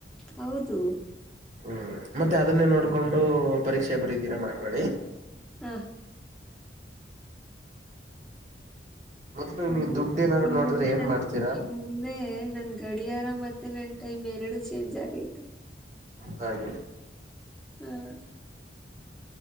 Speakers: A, in the centre; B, on the right.
A: ಹೌದು
B: ಹ್ಮ್ ಮತ್ತೆ ಅದನ್ನೇ ನೋಡ್ಕೊಂಡು ಪರೀಕ್ಷೆ ಬರದೀರಾ ಮಾಡ್ಬೇಡಿ.
A: ಹ
B: ಮೊದ್ಲು
A: ಇನ್
B: ನೀವು ದುಡ್ಡು ಏನಾದ್ರು
A: ಇನ್
B: ನೋಡಿದ್ರೆ
A: ಮುಂದೆ
B: ಏನ್
A: ನನ್
B: ಮಾಡ್ತೀರಾ
A: ಇನ್ ಮುಂದೆ ನನ್ ಗಡಿಯಾರ ಮತ್ತೆ ನನ್ ಟೈಮ್ ಎರಡೂ ಚೇಂಜ್ ಆಗೈತೆ.
B: ಹಾಗೆ
A: ಹ್ಮ್